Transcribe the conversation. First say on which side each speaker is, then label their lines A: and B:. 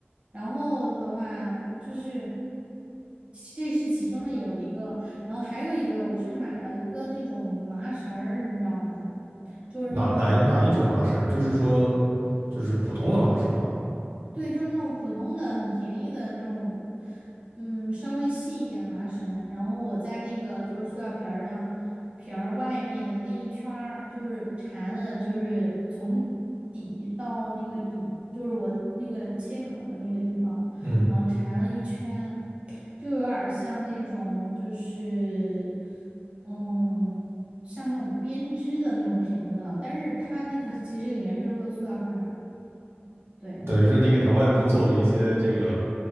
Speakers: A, on the right (about 30°); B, on the right (about 70°).
A: 然后的话就是，这是其中的有一个。然后还有一个我是买了一个那种麻绳儿，你知道吗？就是那种
B: 哪哪一哪一种麻绳？就是说就是普通的麻绳吗？
A: 对，就是那种普通的、很便宜的那种，嗯，稍微细一点的麻绳，然后我在那个就是塑料瓶儿上，瓶儿外面的那一圈儿，就是缠了，就是从底到那个顶，就是我那个切口的那个地方，
B: 嗯。
A: 然后缠了一圈，就有点儿像那种就是，嗯，像那种编织的那种瓶子了，但是它那个其实里面就是个塑料瓶儿，对。
B: 等于说你给它外部做了一些这个